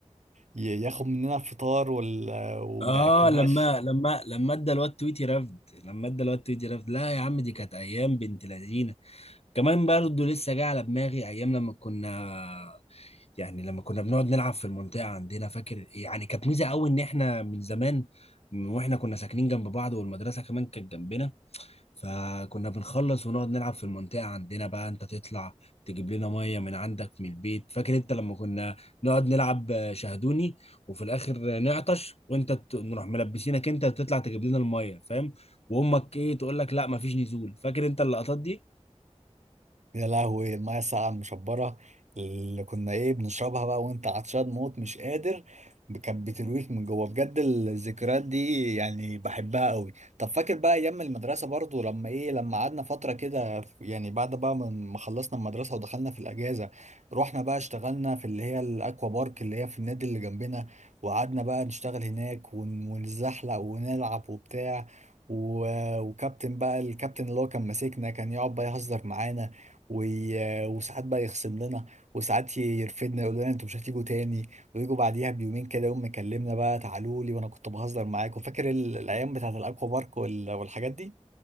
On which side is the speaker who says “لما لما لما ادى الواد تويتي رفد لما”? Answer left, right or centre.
Left